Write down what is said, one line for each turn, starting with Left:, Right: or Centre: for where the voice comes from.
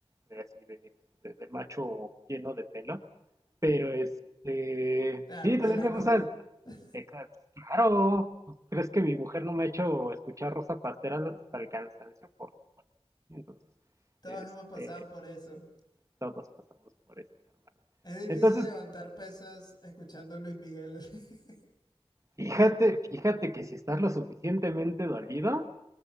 Right: de así de, de- de macho lleno de pelo. Pero este,
Left: claro,
Right: sí,
Left: Belanova.
Right: también me gusta.
Left: <laughs>
Right: Tecas. Claro, ¿crees que mi mujer no me ha hecho escuchar Rosa Pastera hasta el cansancio? Por supuesto. Entonces,
Left: Todos hemos pasado
Right: este,
Left: por eso.
Right: todos pasamos por eso, mi hermano.
Left: Es difícil
Right: Entonces,
Left: levantar pesas escuchando Luis Miguel. <laughs>
Right: fíjate, fíjate que si estás lo suficientemente dolido.